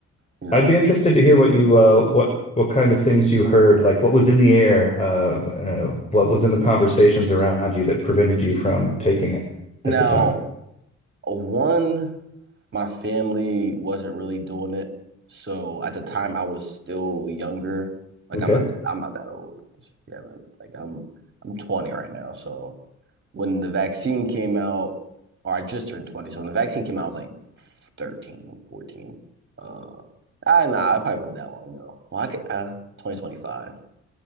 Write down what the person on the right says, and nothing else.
you
know.
Now,
one, my family wasn't really doing it. So at the time I was still younger. Like
I'm not I'm not that old. if you haven't like I'm I'm 20 right now, so when the vaccine came out, or I just turned 20. So when the vaccine came out, I was like thirteen, fourteen. 14. Uh, I, nah, I probably wasn't that long ago. Well, I could, uh, 2025.